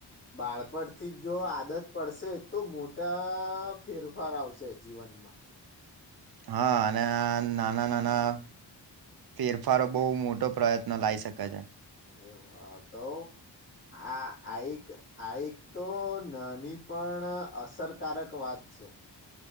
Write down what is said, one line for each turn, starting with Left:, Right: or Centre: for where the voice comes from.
Left: બાળપણથી જો આદત પડશે તો મોટા ફેરફાર આવશે જીવ વનમાં.
Right: હા, અને આ નાના નાના ફેરફારો બહુ મોટો પ્રયત્ન લાઈ શકે છે.
Left: અરે વા તો આ આઈક આઈક તો નાની પણ અસરકારક વાત છે.